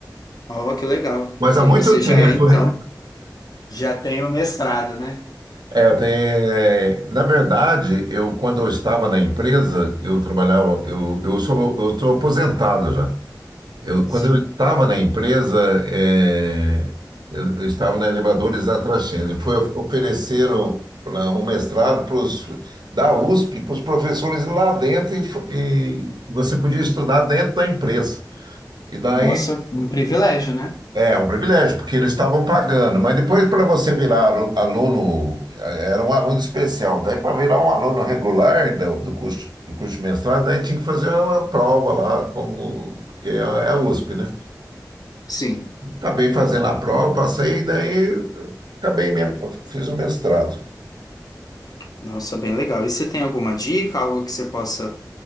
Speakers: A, on the left; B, on the right.
A: Ó, que legal.
B: Mas há
A: E
B: muito
A: aí você já
B: tempo,
A: é, então,
B: né?
A: já tem o mestrado, né?
B: É, eu tenho, é, na verdade, eu quando eu estava na empresa, eu trabalhava, eu, eu sou, eu estou aposentado já. Eu,
A: Sim.
B: quando eu estava na empresa, eh, eu, eu estava na Elevadores da Trascenda. Foi of- ofereceram pra- um mestrado pros, da USP para os professores lá dentro e, fo- e você podia estudar dentro da empresa. E daí
A: Nossa, um privilégio, né?
B: é um privilégio, porque eles estavam pagando. Mas depois, para você virar alu- aluno, eh, era um aluno especial. Daí, para virar um aluno regular do, do curso, do curso de mestrado, daí tinha que fazer uma prova lá, como, porque é é a USP, né?
A: Sim.
B: Acabei fazendo a prova, passei, daí acabei mesmo, fiz o mestrado.
A: Nossa, bem legal. E você tem alguma dica, algo que você possa